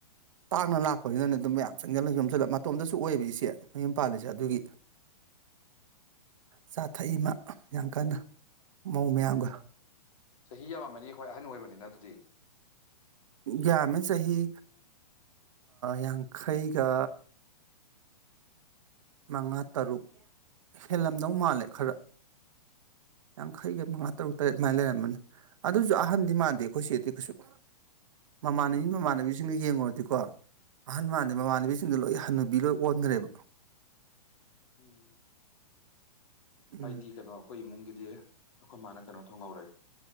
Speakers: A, on the right (about 50°); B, on the left (about 55°).
A: ꯇꯥꯡꯅ ꯂꯥꯛꯄꯅꯤꯅꯅꯦ ꯑꯗꯨꯝ ꯃꯌꯥꯝ ꯆꯪꯁꯤꯜꯂ ꯆꯣꯝꯁꯤꯜꯂ ꯃꯇꯣꯝꯇꯁꯨ ꯑꯣꯏꯑꯕ ꯏꯆꯦ ꯃꯌꯨꯝ ꯄꯥꯜꯂꯤꯁꯦ ꯑꯗꯨꯒꯤ ꯆꯥ ꯊꯛꯏꯃ ꯌꯥꯝ ꯀꯟꯅ ꯃꯧ
B: ꯎꯝ
A: ꯃꯌꯥꯝꯒ
B: ꯆꯍꯤ ꯌꯥꯝꯃꯅꯤ ꯑꯩꯈꯣꯏ ꯑꯍꯟ ꯑꯣꯏꯕꯅꯤꯅ ꯑꯗꯨꯗꯤ
A: ꯌꯥꯝꯃꯦ ꯆꯍꯤ ꯌꯥꯡꯈꯩꯒ ꯃꯉꯥ ꯇꯔꯨꯛ ꯍꯦꯜꯂꯝꯗꯧ ꯃꯥꯜꯂꯦ ꯈꯔ ꯌꯥꯈꯩꯒ ꯃꯉꯥ ꯇꯔꯨꯛ ꯇꯔꯦꯠ ꯑꯗꯨꯃꯥꯏꯅ ꯂꯩꯔꯝꯕꯅꯤ ꯑꯗꯨꯁꯨ ꯑꯍꯟꯗꯤ ꯃꯥꯟꯗꯦ ꯑꯩꯈꯣꯏ ꯁꯤꯦꯗꯤ ꯀꯩꯁꯨ ꯃꯃꯥꯟꯅꯕꯤ
B: ꯎꯝ
A: ꯃꯃꯥꯟꯅꯕꯤꯁꯤꯡꯒ ꯌꯦꯡ ꯑꯣꯏꯗꯤꯀꯣ ꯑꯍꯜ ꯃꯥꯟꯗꯦ ꯃꯃꯥꯟꯅꯕꯤꯁꯤꯡꯗ ꯂꯣꯏ ꯍꯟꯅꯨꯕꯤ ꯂꯣꯏ ꯑꯣꯟꯈ꯭ꯔꯦꯕ
B: ꯎꯝ
A: ꯎꯝ
B: ꯑꯩꯗꯤ ꯀꯩꯅꯣ ꯑꯩꯈꯣꯏ ꯏꯃꯨꯡꯒꯤꯗꯤ ꯑꯩꯈꯣꯏ ꯃꯥꯅ ꯀꯩꯅꯣ ꯊꯣꯡꯍꯧꯔꯦ